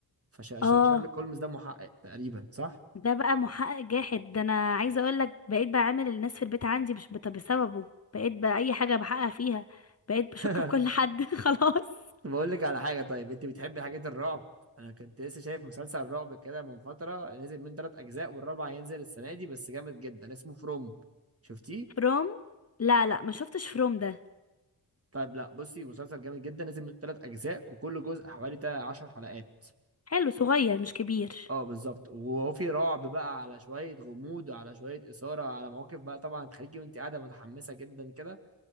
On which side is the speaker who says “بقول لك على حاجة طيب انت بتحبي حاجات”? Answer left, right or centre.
Right